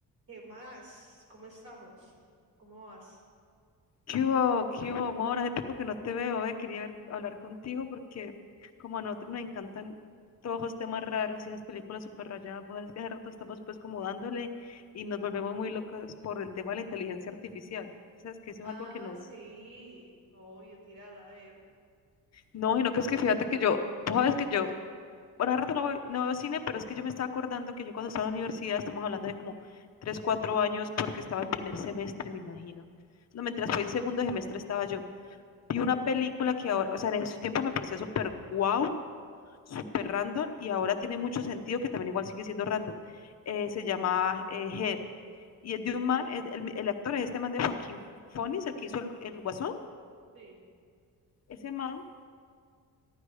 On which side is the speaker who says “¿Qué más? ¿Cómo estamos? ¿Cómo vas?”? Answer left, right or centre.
Right